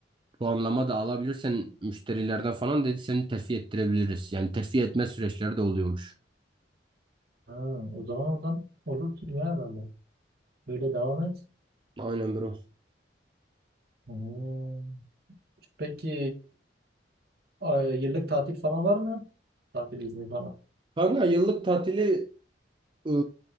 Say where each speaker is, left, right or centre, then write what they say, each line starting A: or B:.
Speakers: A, on the right; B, on the right.
A: puanlama da alabilirsen müşterilerden falan dedi seni terfi ettirebiliriz. Yani terfi etme süreçleri de oluyormuş.
B: Ha. O zaman oradan olur ki ya herhalde. Böyle devam et.
A: Aynen bro.
B: Hmm. Peki a- yıllık tatil falan var mı? Tatil izni falan.
A: Kanka yıllık tatili Iı,